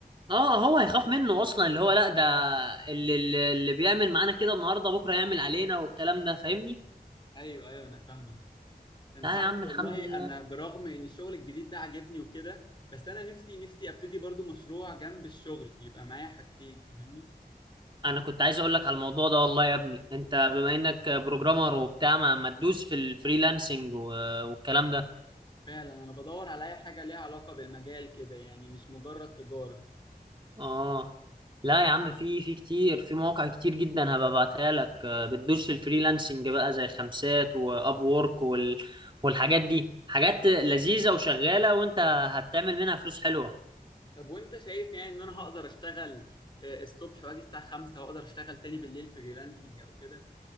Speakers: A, on the right (about 30°); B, on the left (about 30°).
A: اه هو هيخاف منه اصلا اللي هو لا ده اللي, اللي اللي بيعمل معانا كده النهارده بكره يعمل علينا والكلام ده فاهمني
B: ايوه ايوه انا فاهمك انت
A: لا
B: عارف
A: يا عم
B: والله
A: الحمد لله
B: انا برغم ان الشغل الجديد ده عاجبني وكده بس انا نفسي نفسي ابتدي برضو مشروع جنب الشغل يبقى معايا حاجتين فاهمني
A: انا كنت عايز اقول لك على الموضوع ده والله يا ابني انت بما انك بروجرامر وبتاع ما ما تدوس في الفريلانسنج و- والكلام ده
B: فعلا انا بدور على اي حاجه ليها علاقه بالمجال كده يعني مش مجرد تجاره
A: اه لا يا عم في في كتير في مواقع كتير جدا هبقى ابعتها لك آه، بتدوس في الفريلانسنج بقى زي خمسات واب وورك وال والحاجات دي حاجات لذيذة وشغالة وانت هتعمل منها فلوس حلوة
B: طب وانت شايف يعني ان انا هقدر اشتغل آه، الصبح واجي الساعه 5 واقدر اشتغل تاني بالليل فريلانسنج او كده